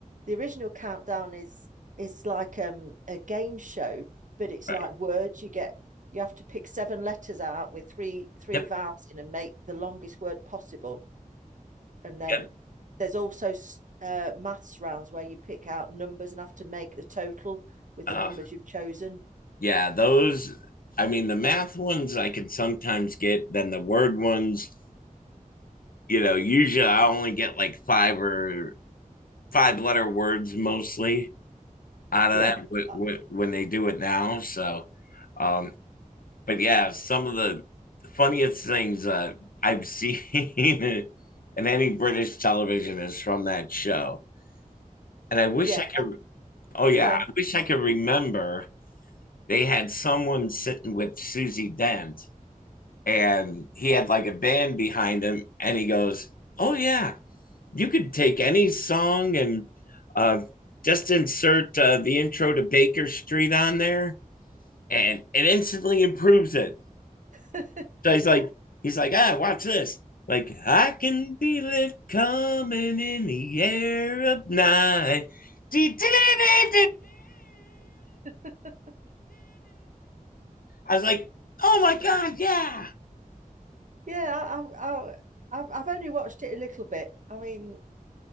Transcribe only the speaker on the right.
the original countdown is is like um a game show, but it's
like words you get you have to pick seven letters out with three three
vowels in and make the longest word possible. And then
there's also s- uh, maths rounds where you pick out numbers and have to make the total with
the numbers you've chosen.
Yeah,
uh,
yeah.
Go
on.
<laughs>
Yeah, I, I, I, have I've only watched it a little bit. I mean,